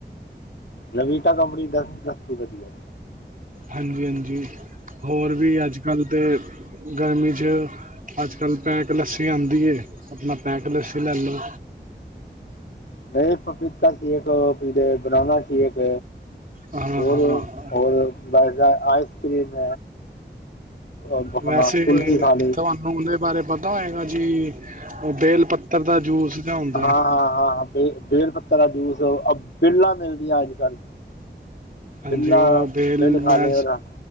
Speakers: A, on the left; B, on the right.
A: ਰਵੀਤਾ ਕੰਪਨੀ ਦਾ ਦੱਸ ਵਧੀਆ।
B: ਹਾਂਜੀ ਹਾਂਜੀ ਹੋਰ ਵੀ ਅੱਜ ਕੱਲ੍ਹ ਤਾਂ ਗਰਮੀ ਚ, ਅੱਜ ਕੱਲ ਪੈਕ ਲੱਸੀ ਆਂਦੀ ਆਪਣਾ ਪੈਕ ਲੱਸੀ ਲੈ ਲਓ।
A: ਨਹੀਂ ਪਪੀਤਾ ਸ਼ੇਖ ਬਨਾਨਾ ਸ਼ੇਖ਼,
B: ਹਾਂ
A: ਹੋਰ
B: ਹਾਂ
A: ਹੋਰ ਆਈਸ ਕਰ੍ਰੀਮ। ਆਪਣਾ
B: ਵੈਸੇ
A: ਕੁਲਫੀ ਖਾਲੀ।
B: ਤੁਹਾਨੂੰ ਉਹਦੇ ਬਾਰੇ ਪਤਾ ਹੋਏਗਾ ਜੀ ਉਹ ਬੇਲ ਪੱਤਰ ਦਾ ਜੂਸ ਜਿਹਾ ਹੁੰਦਾ
A: ਹਾਂ ਹਾਂ
B: ਹੈ।
A: ਹਾਂ, ਬੇਲ ਪੱਤਰ ਜੂਸ ਬੇਲਾਂ ਮਿਲਦੀਆਂ ਅੱਜ ਕੱਲ੍ਹ
B: ਹਾਂਜੀ
A: ਬਿੱਲਾਂ
B: ਉਹ ਬੇਲ
A: ਬਿੱਲ ਖਾ
B: ਮੈਂ
A: ਲੇ ਉਹਦਾ